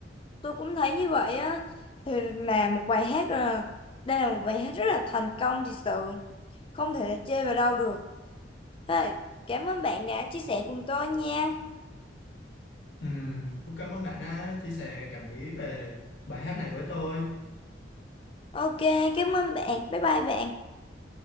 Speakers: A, on the left; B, on the left.
A: tôi cũng thấy như vậy á thì là một bài hát là đây là một bài hát rất là thành công thật sự không thể là chê vào đâu được thế là cảm ơn bạn đã chia sẻ cùng tôi nha
B: Ừm, cũng cảm ơn bạn đã chia sẻ cảm nghĩ về bài hát này với tôi
A: ok cảm ơn bạn bye bye bạn